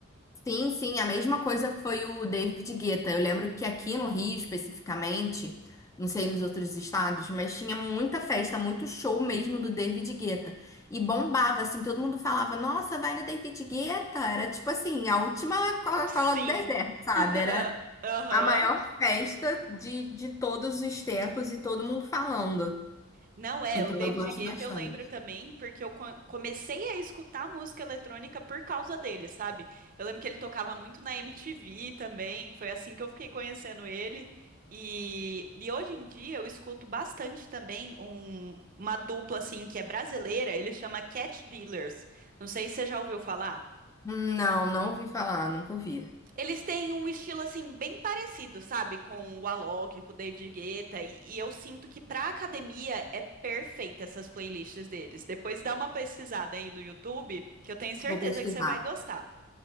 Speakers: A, on the left; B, on the right.
A: Sim, sim, a mesma coisa foi o David Guetta. Eu lembro que aqui no Rio, especificamente, não sei nos outros estados, mas tinha muita festa, muito show mesmo do David Guetta. E bombava, assim, todo mundo falava, nossa, vai no David Guetta. Era tipo assim, a última Coca-Cola
B: Sim.
A: do deserto, sabe?
B: <laughs>
A: Era
B: Aham.
A: a maior festa de, de todos os tempos e todo mundo falando.
B: Não é,
A: Então
B: o David
A: eu gosto
B: Guetta
A: bastante.
B: eu lembro também, porque eu co- comecei a escutar música eletrônica por causa dele, sabe? Eu lembro que ele tocava muito na MTV também, que foi assim que eu fiquei conhecendo ele. E, e hoje em dia eu escuto bastante também um- uma dupla assim que é brasileira, ele chama Cat Dealers. Não sei se você já ouviu falar.
A: Não, não ouvi falar, nunca ouvi.
B: Eles têm um estilo assim bem parecido, sabe, com o Alok, com o David Guetta, e, e eu sinto que pra academia é perfeita essas playlists deles. Depois dá uma pesquisada aí no YouTube, que eu tenho certeza
A: Vou pesquisar.
B: que você vai gostar.